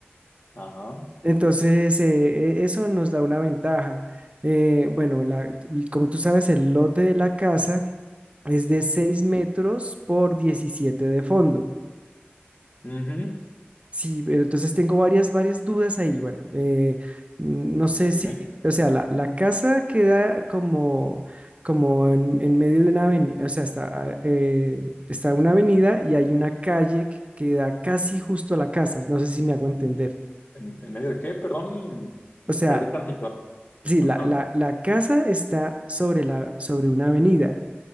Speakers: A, on the left (about 45°); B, on the right (about 30°).
A: ajá.
B: Entonces, eh, e- eso nos da una ventaja. Eh, bueno, la- como tú sabes, el lote de la casa es de 6 metros por 17 de fondo.
A: Ujú.
B: Sí, pero entonces tengo varias, varias dudas ahí. Bueno, eh, no sé
A: Dime,
B: si, o sea, la, la casa queda como, como en, en medio de una avenida, o sea, está, ah, eh, está una avenida y hay una calle que queda casi justo a la casa. No sé si me hago entender.
A: ¿en, en medio de qué? Perdón,
B: O sea,
A: perdí tantito.
B: sí,
A: Ajá,
B: la, la, la casa está sobre la, sobre una avenida.